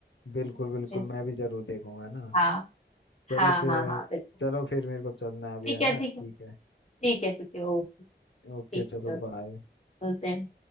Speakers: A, on the left; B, on the left.
A: बिल्कुल बिल्कुल
B: जिस
A: मैं भी जरूर देखूंगा ना
B: हाँ
A: चलो
B: हाँ
A: फिर
B: हाँ हाँ बिल्कुल
A: चलो फिर मेरे को चलना है अभी
B: ठीक
A: है
B: है
A: ना
B: ठीक
A: ठीक
B: है
A: है
B: ठीक है ठीक है ओके ठीक
A: ओके चलो
B: है चलते
A: बाय
B: हैं चलते हैं